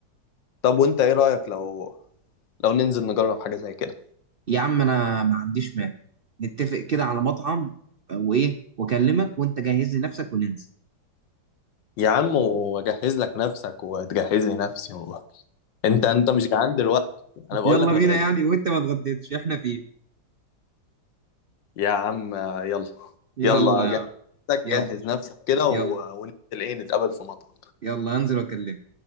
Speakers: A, on the left; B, on the right.
A: طب وانت ايه رأيك لو لو ننزل نجرب حاجة زي كده
B: يا عم انا ما عنديش مانع نتفق كده على مطعم آه، وايه واكلمك وانت جهز لي نفسك وننزل
A: يا عم واجهز لك نفسك وتجهز لي نفسي و... <laughs> انت انت مش جعان دلوقتي انا بقول
B: يلا
A: لك
B: بينا
A: ما تغدى
B: يعني وانت ما اتغديتش احنا فين
A: يا عم يلا
B: يلا
A: يلا
B: يا
A: جهز
B: عم،
A: نفسك
B: يلا
A: جهز نفسك كده
B: يلا
A: و... وننزل ايه نتقابل في مطعم
B: يلا هنزل واكلمك